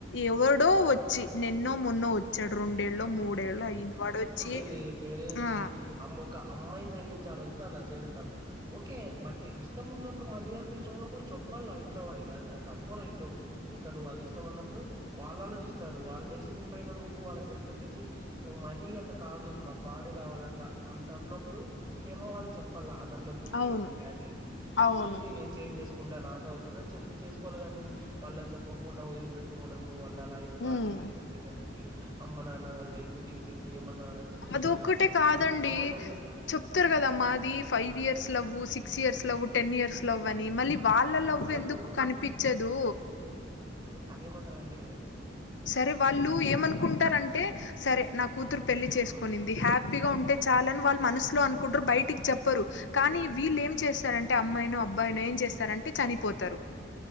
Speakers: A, on the left (about 70°); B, on the right (about 25°).
A: ఎవడో వచ్చి
B: అవును
A: నిన్నో మొన్నో వచ్చాడు రెండేళ్ళో మూడేళ్ళ అయింది వాడు వచ్చి
B: అండి పేరెంట్స్
A: ఆ
B: కి అమ్మక అమ్మాయి సైడ్ నుంచి ఆలోచిస్త అలా చేయడం తప్పు ఓకే బట్ ఇది ఇష్టం ఉన్నప్పుడు మరి అంత ఇష్టం ఉన్నప్పుడు చె చెప్పల ఇంట్లో వాళ్ళకి తప్ప రైట్ ఇంకా నువ్వు అది ఇష్టం అన్నప్పుడు వాళ్ళలో చిస్తారు వాళ్ళ డ సీన్ పైన నువు వాళకి రెస్పెట్ ఇచ్చి మరీ అంత కాదు నాకు వాడే కావాలి అట్లా అంత అన్నప్పుడు మే అమ్మ వాళ్ళకి చెప్పాల లో గుడ్
A: అవును
B: ఏంది బ్యాడ్ ఏంది
A: అవును
B: ఇది ఉంది నేను చేంజ్ చేసుకు కు నాతొ అవుతుంది అని చెప్ప చేకోలిగాని వాళ్ళకి చెప్పకుండా వదిలి పెట్టి పోవడము పిల్ల అయి
A: ఉమ్
B: ఆ పిల్ల వెళ్ళిపోయిందని చెప్ప అమ్మ నాన్నళ్ళ థింక్ చేసి ఏమన్నా సూసైడ్
A: అదొక్కటే
B: అలా
A: కాదండి
B: ఈ సమాజంలో
A: చెప్తారు కదమ్మా అది five years love six years love ten years love అని మళ్ళీ వాళ్ళ
B: బొంగులవ్వు
A: లవ్ ఎందుకు కనిపించదు
B: అదేమంటార అండి
A: సరే వాళ్ళు ఏమనుకుంటారంటే
B: అంతే
A: సరే నా కూతురు పెళ్లి
B: హ్మ్
A: చేసుకనింది హ్యాపీగా ఉంటే చాలని వాళ్ళు మనసులో అనుకుంటారు బయటికి చెప్పరు కానీ వీళ్ళు ఏం చేస్తారంటే అమ్మాయినో అబ్బాయినో ఏం చేస్తారంటే చనిపోతారు